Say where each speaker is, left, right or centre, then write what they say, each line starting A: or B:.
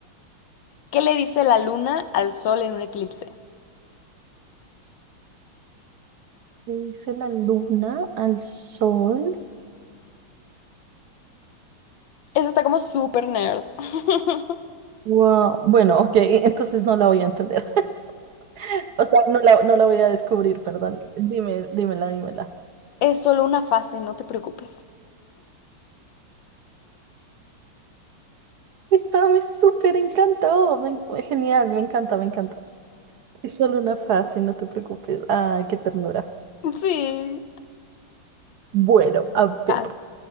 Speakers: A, on the left; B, on the right.
A: ¿qué le dice la luna al sol en un eclipse?
B: ¿Qué Dice la luna al sol.
A: Eso está como súper nerd. <laughs>
B: Wow. Bueno, ok, entonces no la voy a entender. <laughs> O sea, no la, no la voy a descubrir, perdón. Dime, dímela, dímela.
A: Es solo una fase, no te preocupes.
B: Esta me súper encantó. me en- genial, me encanta, me encanta. Es solo una fase, no te preocupes. Ay, qué ternura.
A: Sí.
B: Bueno, a ver.
A: Ah,